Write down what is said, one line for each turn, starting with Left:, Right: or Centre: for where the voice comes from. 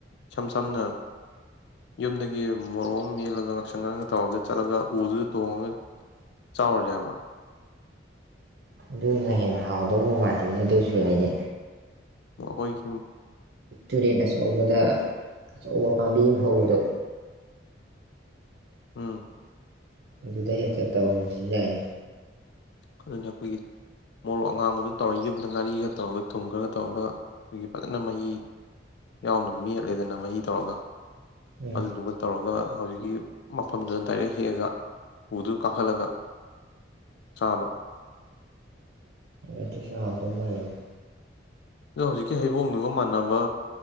Left: ꯏꯁꯝ ꯁꯝꯅ ꯌꯨꯝꯗꯒꯤ ꯃꯣꯔꯣꯛ ꯑꯃ ꯃꯦꯠꯂꯒ ꯉꯥꯡꯁꯪ ꯉꯥꯡꯅ ꯇꯧꯔꯒ ꯆꯠꯂꯒ ꯎꯗꯨꯗ ꯇꯣꯡꯉꯒ ꯆꯥꯎꯔꯁꯦ ꯍꯥꯏꯕ꯭ꯔꫭ
Right: ꯑꯗꯨꯅ ꯍꯦꯟꯅ ꯍꯥꯎꯗꯧꯕ ꯃꯥꯜꯂꯤꯅꯦ ꯑꯗꯨꯁꯨ ꯌꯥꯏꯅꯦ
Left: <inaudible>
Right: ꯇꯨꯔꯦꯟ ꯑꯆꯧꯕꯗ ꯑꯆꯧꯕ ꯄꯥꯝꯕꯤ ꯑꯃ ꯍꯧꯕꯗꯣ
Left: ꯑꯝ
Right: ꯑꯗꯨꯗꯩ ꯍꯦꯛꯇ ꯇꯧꯔꯁꯨ ꯌꯥꯏꯅꯦ
Left: ꯑꯗꯨꯅꯤ ꯑꯩꯈꯣꯏꯒꯤ ꯃꯣꯔꯣꯛ ꯑꯉꯥꯡꯕꯗꯨ ꯇꯧꯔ ꯌꯨꯝꯗ ꯉꯥꯔꯤꯒ ꯇꯧꯔꯒ ꯊꯨꯝ ꯈꯔꯒ ꯇꯧꯔꯒ ꯑꯩꯈꯣꯏꯒꯤ ꯐꯖꯅ ꯃꯍꯤ ꯌꯥꯎꯅ ꯃꯦꯠꯂꯦꯗꯅ ꯃꯍꯤ ꯇꯧꯔꯒ
Right: ꯎꯝ
Left: ꯑꯗꯨꯗꯨꯒ ꯇꯧꯔꯒ ꯍꯧꯖꯤꯛꯀꯤ ꯃꯐꯝꯗꯨꯗ ꯗꯥꯏꯔꯦꯛ ꯍꯦꯛꯑꯒ ꯎꯗꯨ ꯀꯥꯈꯠꯂꯒ ꯆꯥꯕ
Right: ꯑꯗꯨꯁꯨ ꯍꯥꯎꯗꯧ ꯃꯥꯜꯂꯤ
Left: ꯑꯗꯣ ꯍꯧꯖꯤꯛꯀꯤ ꯍꯩꯕꯣꯡꯗꯨꯒ ꯃꯥꯟꯅꯕ